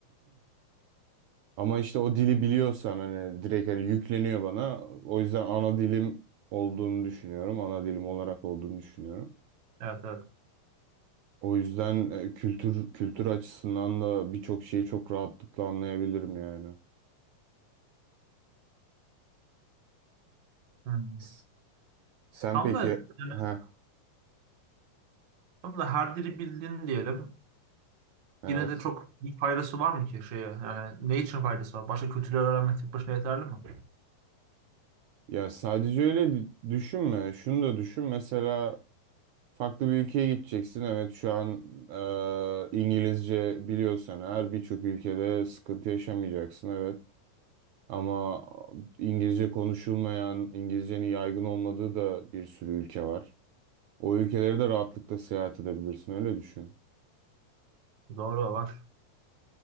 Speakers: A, on the right; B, on the right.
A: Ama işte o dili biliyorsan hani direkt hani yükleniyor bana. O yüzden ana dilim olduğunu düşünüyorum. Ana dilim olarak olduğunu düşünüyorum.
B: Evet evet.
A: O yüzden e, kültür kültür açısından da birçok şeyi çok rahatlıkla anlayabilirim yani.
B: Hmm.
A: S- Sen
B: Tam
A: peki
B: da, yani,
A: heh,
B: tam da her dili bildin diyelim.
A: evet.
B: Yine de çok bir faydası var mı ki şeye? Yani ne için faydası var? Başka kültürleri öğrenmek tek başına yeterli mi?
A: Ya sadece öyle düşünme. Şunu da düşün. Mesela farklı bir ülkeye gideceksin. Evet şu an e, İngilizce biliyorsan eğer birçok ülkede sıkıntı yaşamayacaksın. Evet. Ama İngilizce konuşulmayan, İngilizcenin yaygın olmadığı da bir sürü ülke var. O ülkeleri de rahatlıkla seyahat edebilirsin, öyle düşün.
B: Doğru var.